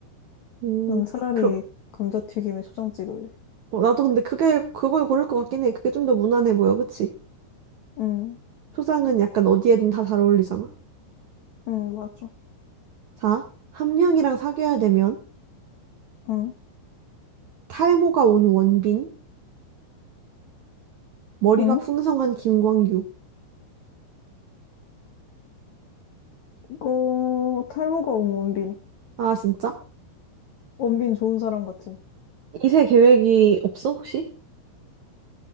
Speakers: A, on the right; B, on the left.
A: 음,
B: 난 차라리
A: 그럼
B: 감자튀김에 초장 찍을래.
A: 어, 나도 근데 그게 그걸 고를 것 같긴 해. 그게 좀 더 무난해 보여, 그치?
B: 응,
A: 초장은 약간 어디에든 다 잘 어울리잖아.
B: 응, 맞아.
A: 자, 함령이랑 사귀어야 되면
B: 응,
A: 탈모가 온 원빈, 머리가
B: 응?
A: 풍성한 김광규.
B: 어, 탈모가 온 원빈.
A: 아 진짜?
B: 원빈 좋은 사람 같은
A: 이세 계획이 없어 혹시?